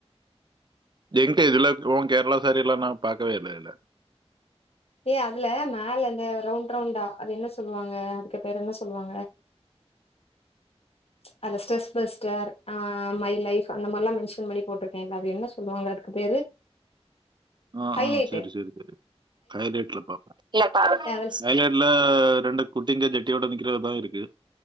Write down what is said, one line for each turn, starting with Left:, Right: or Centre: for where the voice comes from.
Right: எங்க இதுல க்ரோன் கேரளா சேரி எல்லா நா பாக்கவே இல்லைல
Left: ஏ அதுல மேல அந்த ரவுண்ரவுண்டா அது என்ன சொல்லுவாங்க அதுக்குபேரு என்ன சொல்வாங்க அந்த ஸ்ட்ரெஸ் பஸ்டர் ஆ மை லைஃப் அந்த மார்லா மென்சன் பண்ணி போட்ருக்கேன்ல அத என்ன சொல்வாங்க அதுக்கு பேரு
Right: ஆ
Left: ஹைலைட்டு
Right: ஆ செரி செரி செரி ஹைலைட்ல பாப்ப இல்லப்பா அது
Left: அதுல
Right: ஹைலைட்ல ரெண்டு குட்டிங்க ஜட்டியோட நிக்கறதுதா இருக்கு